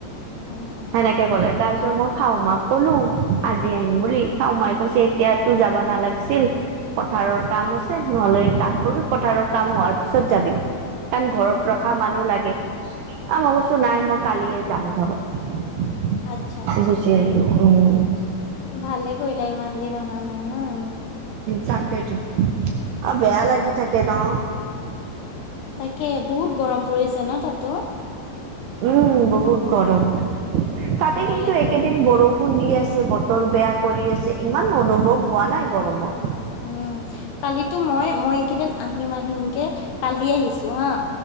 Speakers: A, on the left; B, on the right.
A: উম উম
B: এনেকৈ কলে তাৰছ- পিছত মই শাহু মাক কলো, আজি আহিম বুলি শাহুমায়ে কৈছে এতিয়া তই যাব নালাগে। ছি পথাৰৰ কাম হৈছে, নহ'লে কাম কৰিবি পথাৰৰ কাম হোৱাৰ পিছত যাবি। কাৰণ
A: উম
B: ঘৰত ৰখা মানুহ লাগে, কাম অৱশ্যে নাই মই কালিয়ে যাম ঘৰত।
A: আচ্ছা আচ্ছা
B: গুচি আহিলোঁ উম।
A: ভালে কৰিলা ইমান দিন অহা নাই। ন এনেই।
B: তাকেইটো অ
A: উম
B: বেয়া লাগি থাকে নো।
A: তাকে বহুত গৰম পৰিছে নো তাতো।
B: উম বহুত গৰম। তাতে
A: আমাৰ
B: কিন্তু
A: ইয়াতো
B: এইকেইদিন
A: বহুত
B: বৰষুণ
A: গৰম
B: দি আছে ব- বতৰ বেয়া কৰি আছে, ইমান অনুভৱ হোৱা নাই গৰমত।
A: উম কালিতো মই মই এইকেইদিন আহিম আহিম - হিমকে কালি আহিছোঁ হা।